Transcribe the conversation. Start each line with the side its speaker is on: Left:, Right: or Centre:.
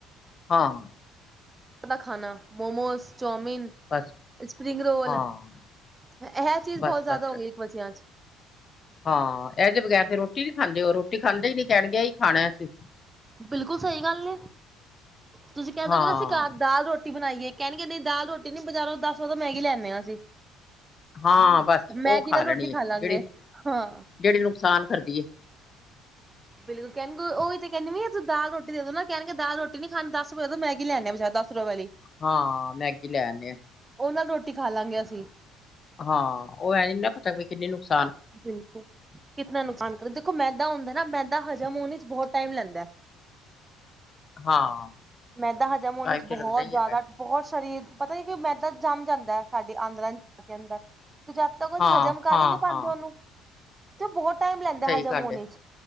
Left: ਹਾਂ
Right: ਦਾ ਖਾਣਾ ਮੋਮੋਸ ਚੋਮਿਨ
Left: ਬਸ
Right: ਸਪਰਿੰਗ ਰੋਲ
Left: ਹਾਂ।
Right: ਇਹ ਚੀਜ਼
Left: ਬਸ
Right: ਬੋਤ ਜਾਦਾ
Left: ਬਸ
Right: ਹੋ ਗਈ ਇੱਕ ਬੱਚਿਆਂ 'ਚ
Left: ਹਾਂ ਇਹਦੇ ਬਗੈਰ ਤੇ ਰੋਟੀ ਵੀ ਖਾਂਦੇ ਹੋ ਰੋਟੀ ਖਾਂਦੇ ਹੀ ਨਈ ਕਹਿਣਗੇ ਇਹੀ ਖਾਣਾ ਅਸੀਂ
Right: ਬਿਲਕੁਲ ਸਹੀ ਗੱਲ ਏ ਤੁਸੀਂ ਕੈ
Left: ਹਾਂ।
Right: ਦੋਗੇ ਨਾ ਅਸੀ ਦਾਲ ਰੋਟੀ ਰੋਟੀ ਬਣਾਈਏ ਕੈਣਗੇ ਨੀ ਦਾਲ ਰੋਟੀ ਨੀ ਬਜ਼ਾਰੋਂ ਦਸ ਰੁਪਏ ਦੇ ਦੋ ਮੈਗੀ ਲੈਂਣੇ ਹ ਅਸੀਂ
Left: ਹਾਂ ਬਸ ਉਹ
Right: ਮੈਗੀ ਨਾਲ
Left: ਲੈਣੀ
Right: ਰੋਟੀ ਖਾ
Left: ਹੈ
Right: ਲਾਂਗੇ
Left: ਜਿਹੜੀ
Right: ਹਾਂ।
Left: ਜਿਹੜੀ ਨੁਕਸਾਨ ਕਰਦੀ ਏ।
Right: ਬਿਲਕੁਲ ਕੈਂਣ ਓਹੀ ਤੇ ਕੈਂਣੀ ਵੀ ਤੂੰ ਦਾਲ ਰੋਟੀ ਦੇ ਦੋ ਨਾ ਕੈਂਣ ਦਾਲ ਰੋਟੀ ਨੀ ਖਾਣੀ ਦਸ ਰੁਪਏ ਮੈਗੀ ਲੈਣੇ ਆ ਬਾਜਾਰੋ ਦਸ ਰੁਪਏ ਆਲੀ
Left: ਹਾਂ ਮੈਗੀ ਲੈ ਆਣੇ ਆ।
Right: ਉਹ ਨਾਲ ਰੋਟੀ ਖਾ ਲਾਂਗੇ ਅਸੀਂ
Left: ਹਾਂ ਉਹ ਏ ਈ ਨਾ ਫਿਰ ਤ ਵੀ ਕਿੰਨੇ ਨੁਕਸ
Right: <unintelligible> ਬਿਲਕੁਲ ਕਿਤਨਾ ਨੁਕਸਾਨ ਦੇਖੋ ਮੈਦਾ ਹੁੰਦਾ ਨਾ ਮੈਦਾ ਹਜ਼ਮ ਹੋਣ ਚੇ ਬਹੁਤ ਟਾਈਮ ਲੈਂਦਾ।
Left: ਹਾਂ।
Right: ਮੈਦਾ ਹਜਮ ਹੋਨ
Left: ਟਾਈਮ
Right: ਇਚ ਬਹੁਤ
Left: ਤੇ ਲੱਗਦਾ ਹੀ
Right: ਜ਼ਾਦਾ
Left: ਹੈਗਾ
Right: ਬਹੁਤ ਸਰੀਰ ਪਤਾ ਨਹੀਂ ਕਿ ਮੈਦਾ ਜੰਮ ਜਾਂਦਾ ਐ ਸਾਡੀ ਆਂਦਰਾ ਦੇ ਅੰਦਰ ਤੂੰ ਜਦ ਤੱਕ ਉਹਸੀਂ
Left: ਹਾਂ
Right: ਹਜ਼ਮ ਕਰ
Left: ਹਾਂ
Right: ਹੀ ਨਹੀਂ ਪਾਂਦੇ
Left: ਹਾਂ
Right: ਉਹਨੂੰ ਤੇ ਬਹੁਤ ਟਾਈਮ ਲੈਂਦਾ
Left: ਸਹੀ
Right: ਹਜਮ
Left: ਗੱਲ
Right: ਹੋਨ
Left: ਏ।
Right: ਇਚ